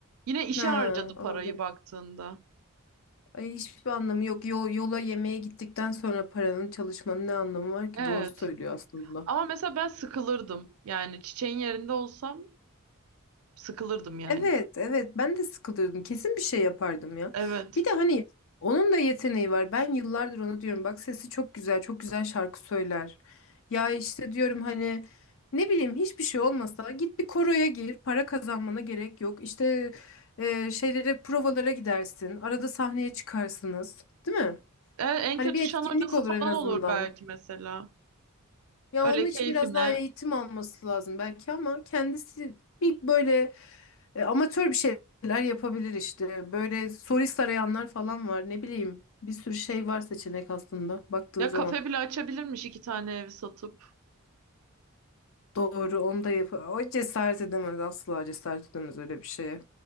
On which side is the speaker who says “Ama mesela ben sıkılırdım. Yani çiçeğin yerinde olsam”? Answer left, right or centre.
Right